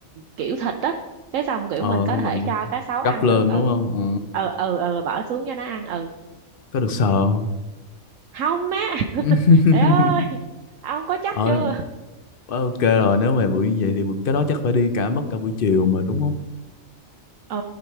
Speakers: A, on the right; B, on the left.
A: kiểu thịt á cái xong kiểu
B: Ờ
A: mình có
B: xong
A: thể
B: rồi
A: cho cá sấu
B: gấp
A: ăn
B: lên
A: được ừ
B: đúng không? Ờ
A: ừ ừ ừ bỏ xuống cho nó ăn ừ
B: có được sờ không?
A: không má <laughs>
B: <laughs>
A: trời ơi ông có chắc
B: Ờ
A: chưa
B: quá ok rồi nếu mà buổi như vậy thì cái đó chắc phải đi cả mất cả buổi chiều mà đúng không?
A: ừ